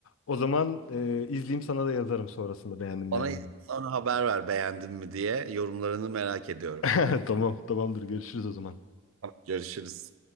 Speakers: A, on the left (about 75°); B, on the right (about 80°).
A: O zaman e, izleyeyim sana da yazarım sonrasında beğendim
B: Bana
A: beğenmedim.
B: sonra haber ver beğendin mi diye yorumlarını merak ediyorum.
A: <laughs> Tamam tamamdır görüşürüz o zaman.
B: Görüşürüz.